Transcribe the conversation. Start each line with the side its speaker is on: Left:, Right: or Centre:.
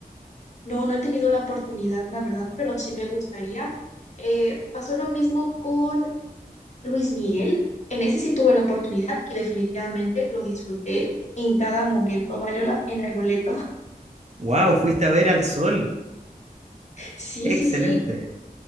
Left: No, no he tenido la oportunidad, la verdad, pero sí me gustaría. Eh, pasó lo mismo con Luis Miguel, en ese sí tuve la oportunidad y definitivamente lo disfruté en cada momento, valió la pena el boleto. <laughs>
Right: ¡Wow! Fuiste a ver al sol.
Left: Sí,
Right: Excelente.
Left: sí, sí,